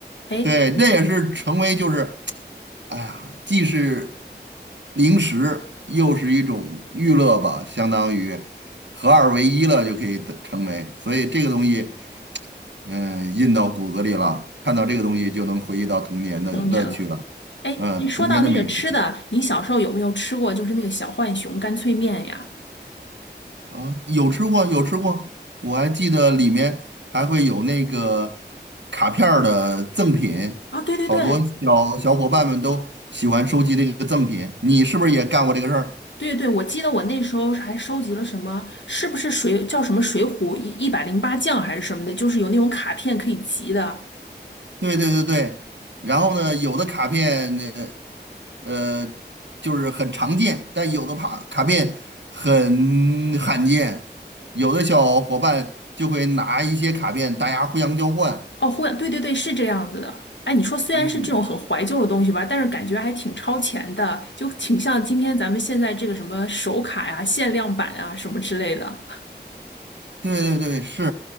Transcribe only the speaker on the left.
哎，
童年了。哎，
说到那个吃的，
你小时候有没有吃过就是那个小浣熊干脆面呀？
啊，对对对，
对对，我记得我那时候还收集了什么，是不是水叫什么《水浒一一百零八将》还是什么的，就是有那种卡片可以集的。
哦，会，对对对，是这样子的。哎，你说虽然是这种很怀旧的东西吧，
但是感觉还挺超前的，就挺像今天咱们现在这个什么手卡呀、限量版啊什么之类的。